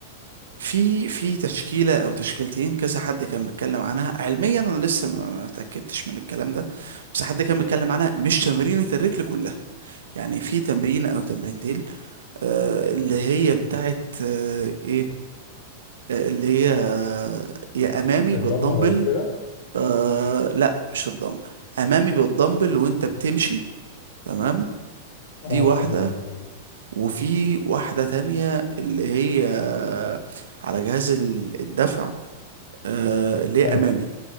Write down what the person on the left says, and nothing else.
الضمة
وكده
اه
فاهمها دي هاي
فاهم